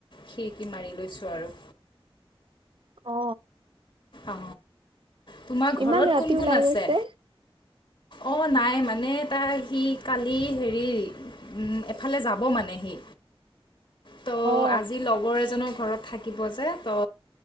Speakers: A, on the left (about 50°); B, on the right (about 60°).
A: খিৰিকি মাৰি লৈছোঁ আৰু
B: অ
A: অ তোমাৰ ঘৰত
B: ইমান ৰাতি
A: কোন কোন
B: ওলাই
A: আছে
B: গৈছে
A: অ নাই মানে তটা সি কালি হেৰি এফালে যাব মানে সি ত'
B: অ
A: আজি লগৰ এজনক ঘৰত থাকিব যে ত